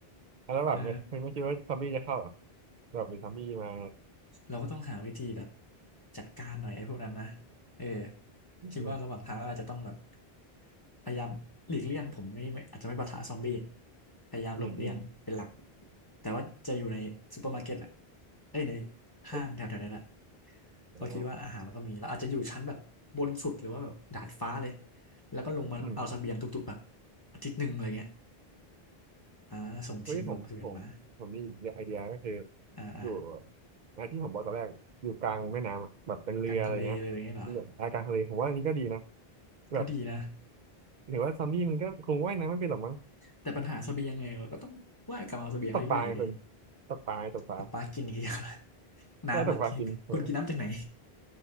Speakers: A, on the right (about 50°); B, on the left (about 20°).
A: แล้วแบบมันมันไม่คิดว่าซอมบี้จะเข้าเหรอ
B: เออ
A: แบบมีซอมบี้มา
B: เราก็ต้องหาวิธีแบบจัดการหน่อยไอ้พวกนั้นนะเออ
A: อืม
B: คิดว่าระหว่างทางเราอาจจะต้องแบบพยายามหลีกเลี่ยงผมไม่ไม่อาจจะไม่ปะทะซอมบี้พยายามหลบเลี่ยงเป็นหลัก
A: อืมอืม
B: แต่ว่าจะอยู่ในซูเปอร์มาร์เก็ตแหละเอ้ยในห้างแถวๆนั้นแหละ
A: เอ้ย
B: เพราะคิดว่าอาหารมันก็มีเราอาจจะอยู่ชั้นแบบบนสุดหรือว่าแบบดาดฟ้าเลย
A: อ๋อ
B: แล้วก็ลงมาเอาเสบียงทุกๆแบบ
A: อืม
B: อาทิตย์หนึ่งอะไรเงี้ยอ่าส่งทีมลงเสบียงมา
A: เฮ้ยผมผมผมมีไอเดียก็คือ
B: อ่าอ่า
A: อยู่ไอที่ผมบอกตอนแรกอยู่กลางแม่น้ำอะแบบเป็นเรืออะไรเงี้ยเรืออากลางทะเลผมว่าอันนี้ก็ดีนะ
B: กลางทะเลอะไรอย่างเงี้ยเหรอ
A: แบบ
B: ก็ดีนะ
A: ถือว่าซอมบี้มันก็คงว่ายน้ำไม่เป็นหรอกมั้ง
B: แต่ปัญหาเสบียงไงเราก็ต้องว่ายกลับมาเอาเสบียงเรื่อยๆอยู่ดี
A: ตกปลาไงคุณตกปลาตกปลา
B: ตกปลากินอย่างเดียว <laughs> น้ำมากินคุณกินน้ำจากไหน
A: ใช่ตกปลากินผม